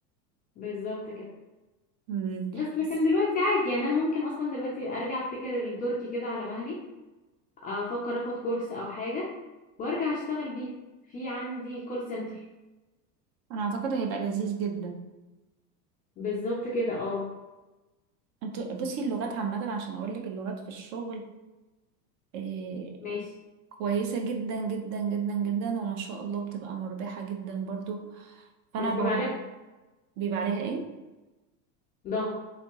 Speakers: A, on the left (about 20°); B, on the right (about 45°).
A: بالظبط كده
B: مم.
A: بس لكن
B: بس
A: دلوقتي عادي يعني انا ممكن اصلا دلوقتي ارجع افتكر التركي كده على مهلي افكر اخد كورس او حاجة وارجع اشتغل بيها في عندي كول سنتر
B: انا اعتقد هيبقى لذيذ جدا
A: بالظبط كده اه
B: انتوا بصي اللغات عامة عشان اقول لك اللغات في الشغل آه
A: ماشي
B: كويسة جدا جدا جدا جدا وما شاء الله بتبقى مربحة جدا برضو فانا
A: بس
B: ب-
A: بيبقى عليها
B: بيبقى عليها ايه
A: ضغط